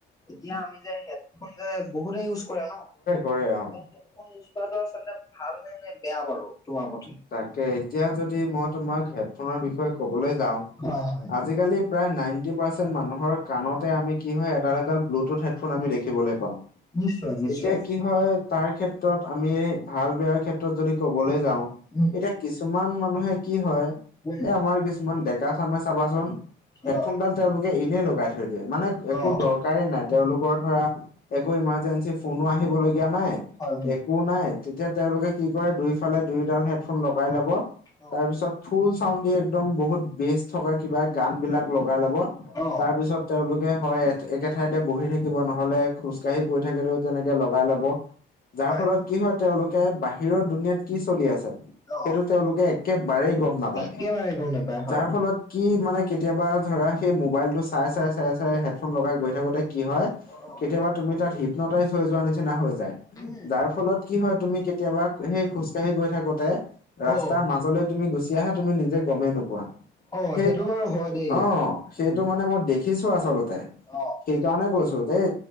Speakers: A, on the left; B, on the left.
A: এতিয়া আমি যে হেডফোন যে বহুতে ইউজ কৰে ন'
B: কৰে অ
A: হেডফোন ইউজ কৰাতো আচলতে ভাল নে নে বেয়া বাৰু তোমাৰ মতে?
B: তাকে এতিয়া যদি মই তোমাক হেডফোনৰ বিষয়ে কবলৈ যাওঁ
A: হয় হয়
B: আজিকালি- প্ৰায় নাইনটি পাৰ্চেণ্ট মানুহৰ কাণতে আমি কি হয় এডাল এডাল ব্লুটুথ হেডফোন আমি দেখিবলৈ পাওঁ।
A: নিশ্চয় নিশ্চয়
B: এতিয়া কি হয় তাৰ ক্ষেত্ৰত আমি ভাল বেয়াৰ ক্ষেত্ৰত যদি কবলৈ যাওঁ,
A: উম
B: এতিয়া কিছুমান মানুহে কি হয়
A: উম
B: এই আমাৰ কিছুমান ডেকা চামে চাবাচোন, হেডফোনডাল
A: অ
B: তেওঁলোকে এনেই লগাই থৈ দিয়ে মানে একো
A: অ
B: দৰকাৰেই নাই। তেওঁলোকৰ ধৰা একো ইমাৰ্জেঞ্চি ফোনো আহিব লগীয়া নাই
A: হয় হয়
B: একো নাই তেতিয়া তেওঁলোকে কি কৰে দুইফালে দুইডাল হেডফোন লগাই লব
A: অ
B: তাৰ পিছত ফুল চাউণ্ড একদম বহুত বেষ্ট থকা কিবা গান বিলাক লগাই ল'ব
A: অ
B: তাৰপিছত তেওঁলোকে হয় একে ঠাইতে বহি থাকিব নহলে খোজ কাঢ়ি গৈ থাকেলেও তেনেকে লগাই লব যাৰ
A: হয়
B: ফলত কি হয় তেওঁলোকে বাহিৰৰ দুুনিয়াত কি চলি আছে
A: অ
B: সেইটো তেওঁলোকে একেবাৰেই গম নাপায়
A: একেবাৰে গম নাপায় হয়
B: যাৰ ফলত কি মানে কেতিয়াবা ধৰা সেই মোবাইল টো চাই চাই চাই চাই হেডফোন লগাই গৈ থাকোতে কি হয়
A: অ
B: কেতিয়াবা তুমি তাত হিপনটাইজ হৈ যোৱা নিচিনা হৈ যায়।
A: উম
B: যাৰ ফলত কি হয় তুমি কেতিয়াবা সেই খোজকাঢ়ি গৈ থাকোতে - ৰাস্তাৰ
A: অ
B: মাজলৈ তুমি গুচি আহা তুমি নিজে গমেই নোপোৱা।
A: অ
B: সেই
A: সেইটো বাৰু হয় দেই
B: অ সেইটো
A: উম
B: মানে মই দে দেখিছোঁ আচলতে
A: অ
B: সেইকাৰণে কৈছোঁ এই